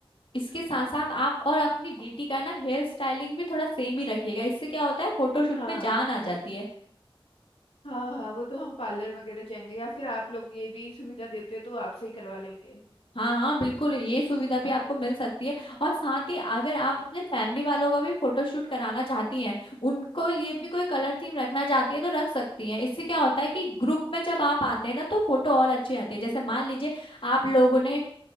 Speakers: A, on the left; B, on the left.
A: इसके साथ साथ आप और अपनी बेटी का ना हेयर स्टाइलिंग भी थोड़ा सेम ही रखिएगा इससे क्या होता है फोटोशूट
B: हाँ
A: में जान आ जाती है
B: हाँ हाँ वो तो हम पार्लर वगैरह जाएंगे या फिर आप लोग ये भी सुविधा देते तो आपसे ही करवा लेंगे
A: हाँ हाँ बिल्कुल ये सुविधा भी आपको मिल सकती है और साथ ही अगर आप अपने फैमिली वालों का भी फोटोशूट कराना चाहती हैं उनको लिए भी कोई कलर थीम रखना चाहती है तो रख सकती हैं इससे क्या होता है कि ग्रुप में जब आप आते हैं ना तो फोटो और अच्छी आती है जैसे मान लीजिए आप लोगों ने